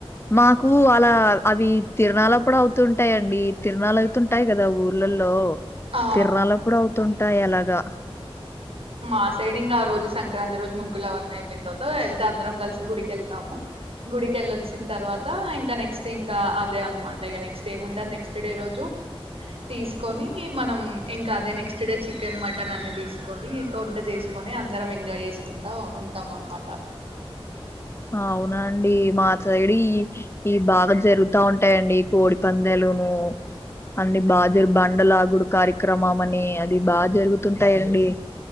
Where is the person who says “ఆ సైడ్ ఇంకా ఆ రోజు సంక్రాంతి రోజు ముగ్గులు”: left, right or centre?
Right